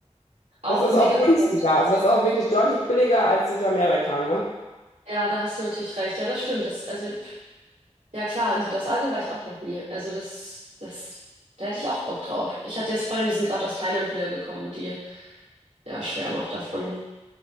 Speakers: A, on the right; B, on the left.
A: auch
B: Das ist
A: mega
B: auch günstiger,
A: spannend.
B: also das ist auch wirklich deutlich billiger als Südamerika, ne?
A: Ja, da hast du natürlich recht. Ja, das stimmt. Das, also Ja klar, in Südostasien war ich auch noch nie. Also das, das, da hätte ich auch Bock drauf. Ich hatte jetzt Freunde, die sind gerade aus Thailand wiedergekommen und die, ja, schwärmen auch davon.